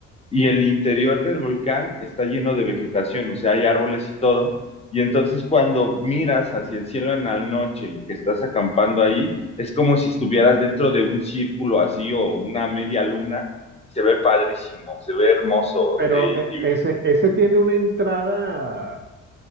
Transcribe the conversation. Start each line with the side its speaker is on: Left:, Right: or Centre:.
Left: y el interior del volcán está lleno de vegetación, o sea, hay árboles y todo. Y entonces cuando miras hacia el cielo en la noche y que estás acampando ahí, es como si estuvieras dentro de un círculo así o una media luna. Se ve padrísimo, se ve hermoso
Right: Pero
Left: eh,
Right: eh,
Left: y,
Right: ese, ese tiene una entrada